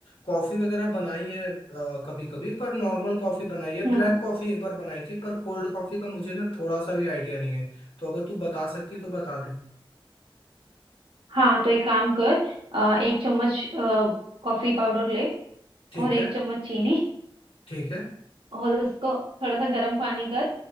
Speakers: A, on the left; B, on the right.
A: कॉफी वगैरह बनाई है कभी कभी पर नॉर्मल कॉफी बनाई है
B: हम्म
A: ब्लैक कॉफी एक बार बनाई थी पर कोल्ड कॉफी का मुझे ना थोड़ा सा भी आइडिया नहीं है तो अगर तू बता सकती है तो बता दे
B: हाँ तो एक काम कर अ, एक चम्मच अ, कॉफी पाउडर ले
A: ठीक
B: और एक
A: है
B: चम्मच चीनी
A: ठीक है
B: और उसको थोड़ा सा गर्म पानी कर